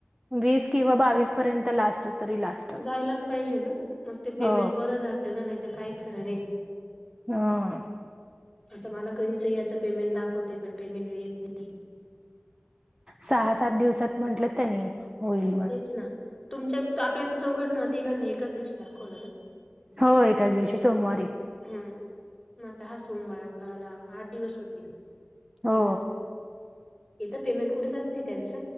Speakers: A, on the right; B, in the centre.
A: वीस किंवा बावीस पर्यंत लास्ट तरी लास्ट.
B: जायलाच पाहिजे ग मग ते पेमेंट
A: हो
B: बरं जात ग नाहीत काय खर नाही.
A: हा.
B: आता मला कधीचं याचं पेमेंट दाखवते पण पेमेंट येत नाही.
A: सहा, सात दिवसात म्हंटलं त्यांनी. होईल म्हणून
B: तेच ना तुमच्या आपल्या चौघांना, तिघांना एकाच दिवशी दाखवलं ना?
A: हो एकाच दिवशी सोमवारी.
B: हम म आता हा सोमवार आपला मला आठ दिवस होतील
A: हो
B: येतच येत पेमेंट कुठे जात नाही त्यांच